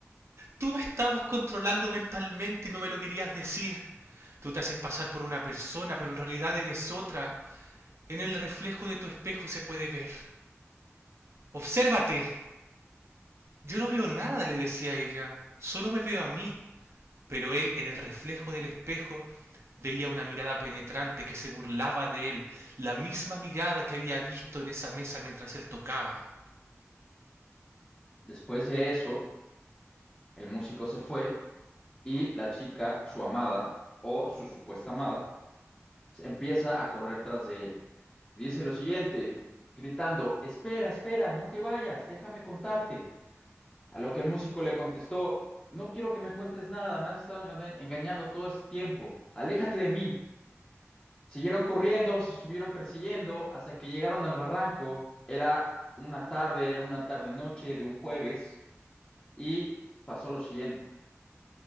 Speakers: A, on the right; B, on the left.
A: tú me estabas controlando mentalmente y no me lo querías decir. Tú te haces pasar por una persona, pero en realidad eres otra. En el reflejo de tu espejo se puede ver. Obsérvate. Yo no veo nada, le decía ella. Solo me veo a mí. Pero él, en el reflejo del espejo, veía una mirada penetrante que se burlaba de él, la misma mirada que había visto en esa mesa mientras él tocaba.
B: Después de eso, el músico se fue y la chica, su amada o su supuesta amada, se empieza a correr tras de él. Y dice lo siguiente, gritando, espera, espera, no te vayas, déjame contarte. A lo que el músico le contestó, no quiero que me cuentes nada, me has estado engaña- engañando todo este tiempo, aléjate de mí. Siguieron corriendo, se estuvieron persiguiendo hasta que llegaron al barranco. Era una tarde, era una tarde noche de un jueves y pasó lo siguiente.